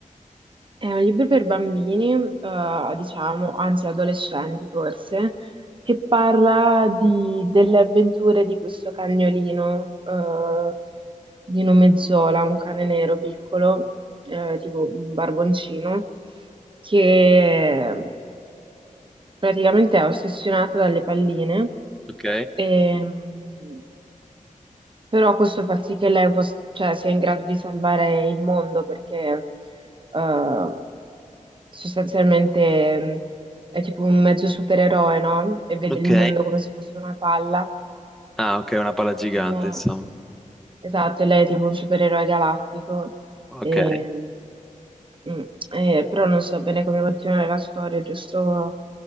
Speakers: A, on the right (about 35°); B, in the centre.
A: è un libro per bambini, eh, diciamo, anzi adolescenti forse, che parla di- delle avventure di questo cagnolino eh, di nome Zola, un cane nero piccolo, eh, tipo un barboncino che Praticamente è ossessionata dalle palline,
B: Ok.
A: ehm, però questo fa sì che lei pos- cioè, sia in grado di salvare il mondo perché eh, sostanzialmente mh, è tipo un mezzo supereroe, no? E vede
B: Ok,
A: il mondo come se fosse una palla
B: Ah, ok, una pala gigante,
A: Tipo-
B: insomma.
A: Esatto, lei è tipo un supereroe galattico,
B: Ok.
A: e, mm, e- però non so bene come continuare la storia, giusto